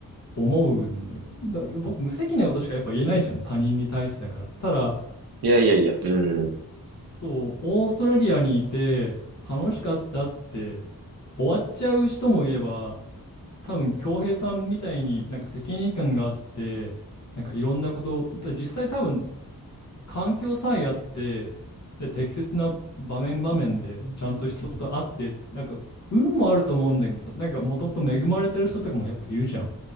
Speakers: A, on the left (about 50°); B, on the right (about 75°).
A: 思うのよ。だ僕無責任なことしかやっぱ言えないじゃん他人に対してだから。ただ
B: いやいやいや。うん。
A: そう、オーストラリアにいて楽しかったって終わっちゃう人もいれば、多分恭平さんみたいになんか責任感があってなんかいろんなことだ実際多分環境さえあってで適切な場面場面でちゃんと人と会ってなんか運もあると思うんだけどさなんかもともと恵まれてる人とかもやっぱいるじゃん。